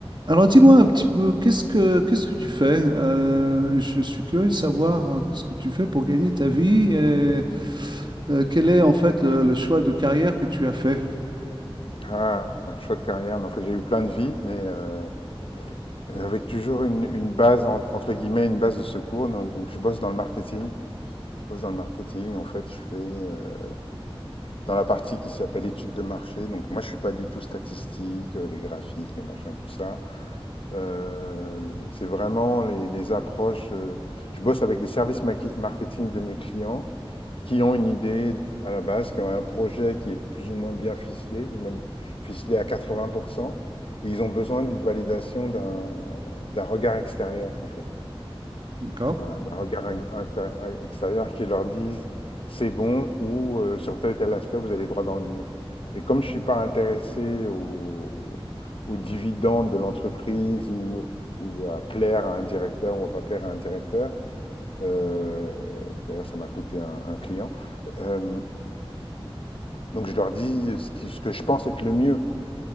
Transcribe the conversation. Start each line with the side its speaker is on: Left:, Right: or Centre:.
Right: Alors dis-moi un petit peu, qu'est-ce que qu'est-ce que tu fais? Euh, je suis curieux de savoir ce que tu fais pour gagner ta vie et euh, quel est en fait le, le choix de carrière que tu as fait.
Left: Ah, choix de carrière. Non, En fait, j'ai eu plein de vies, mais euh, avec toujours une, une base, en- entre guillemets, une base de secours. Donc, donc, je bosse dans le marketing. Je bosse dans le marketing. En fait, je fais euh, dans la partie qui s'appelle études de marché. Donc, moi, je suis pas du tout statistique, euh, les graphiques, les machins, tout ça. Euh, c'est vraiment les, les approches. euh, je bosse avec les services maquet- marketing de mes clients qui ont une idée à la base, qui ont un projet qui est plus ou moins bien ficelé, ou même ficelé à 80%. Et ils ont besoin d'une validation d'un d'un regard extérieur, en fait.
Right: D'accord?
Left: Voilà, d'un regard inter- extérieur qui leur dise c'est bon ou euh, sur tel tel aspect, vous allez droit dans le mur. Et comme je suis pas intéressé au- aux dividendes de l'entreprise ou, ou à plaire à un directeur ou à pas plaire à un directeur, euh, d'ailleurs ça m'a coûté un, un client, euh, donc je leur dis euh, ce, qui- ce que je pense être le mieux